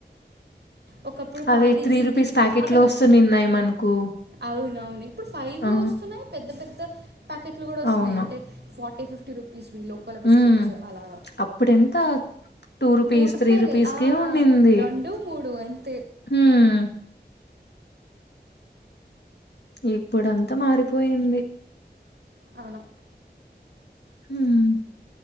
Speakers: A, on the right; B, on the left.
A: ఒకప్పుడు
B: అవే
A: Parle G
B: three rupees
A: tea
B: packet
A: బాగా
B: లో
A: తాగే
B: వస్తున్నాయి మనకు
A: అవునవును ఇప్పుడు ఫైవ్
B: ఆ
A: వస్తున్నాయి పెద్ద పెద్ద ప్యాకెట్లు కూడా వస్తున్నాయి
B: అవును
A: అంటే ఫార్టీ ఇది ఫిఫ్టీ రుపీస్ లోపల బిస్కెట్స్
B: ఉమ్
A: అలాగా
B: అప్పుడెంత టూ రూపీస్
A: మూటిపాయలే
B: త్రీ రూపీస్ కి ఉండింది
A: రెండు మూ తే
B: హ్మ్ ఇప్పుడంతా మారిపోయింది
A: అవును
B: మ్మ్